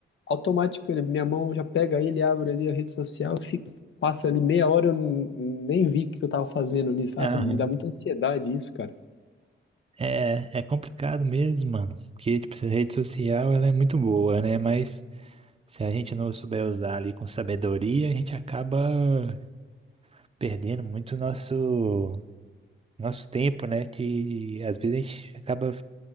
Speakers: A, on the left; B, on the right.
A: automático, ele- minha mão já pega ele, abre ali a rede social, fico passa ali meia hora, eu n- nem vi o que eu tava fazendo ali, sabe?
B: Aham.
A: Me dá muita ansiedade isso, cara.
B: É, é complicado mesmo, mano. Porque, tipo, essa rede social, ela é muito boa, né? Mas se a gente não souber usar ali com sabedoria, a gente acaba perdendo muito nosso, nosso tempo, né? Que às vezes a gente acaba